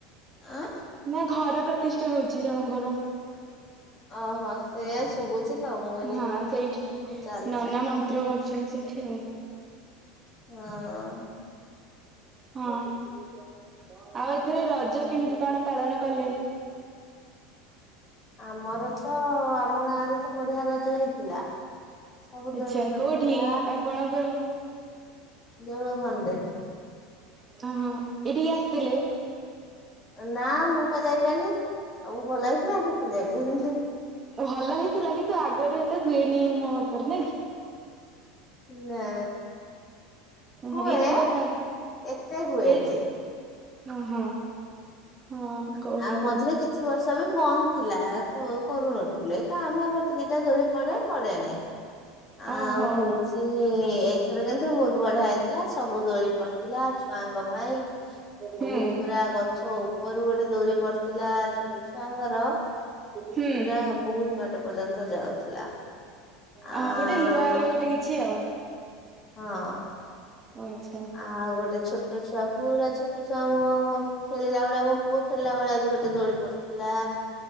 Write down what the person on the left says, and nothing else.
ଆ
ଓହୋ ସେଇଆ ଶୁଭୁଛି। ତ ମୁଁ କହିନି
କଣ ଚାଲିଛି
ହଁ।
ଆମର ତ ଆମ ଗାଁ ରେ ତ ବଢ଼ିଆ ରଜ ହେଇଥିଲା। ସବୁ
ଦୋଳି ପଡିଥିଲା
ଦେଉଳ ବନ୍ଦେ
ନା ମୁଁ ପା ଯାଇପାରିଲିନି ସବୁ ଭଲ ହେଇଥିଲା କିନ୍ତୁ ପୁ ଯାଇପାରିଲି।
ନା ହୁଏ
ଏତେ ହୁଏନି
ଆଉ ମଝିରେ କିଛି ବର୍ଷ ବି ବନ୍ଦ ଥିଲା କରୁନଥିଲେ କା ଭାଁ ଗୋ ଗୋଟେ ଦି ଟା ଦୋଳି ପଡ଼େ ପଡ଼େନେହିଁ। ଆଉ
ହୋ ଚି ଏଇଥର କିନ୍ତୁ ବହୁତ୍ ବଢ଼ିଆ ହେଇଥିଲା। ସବୁ ଦୋଳି କରିଥିଲା ଛୁଆଙ୍କ ପାଇଁ
ବହୁତ୍ ପୁରା ଗଛ ଉପରୁ ଗା ଗୋଟେ ଦୋଳି ପଡ଼ିଥିଲା ଛୋଟ ଛୁଆଙ୍କର
ପୁରା ବୋହୁତ୍ ଛୁଆଟା ପର୍ଯ୍ୟନ୍ତ ଯାଉଥିଲା। ଆଉ
ହଁ
ଆଉ ଗୋଟେ ଛୋ ଛୋଟ ଛୁଆ ପୁରା ଛୋଟ ଛୁଆମ ଖେଳିଲା ଭଳିଆ ଆମ ପୁଅ ଖେଳିଲା ଭଳିଆ ବି ଗୋଟେ ଦୋଳି ପଡ଼ିଥିଲା।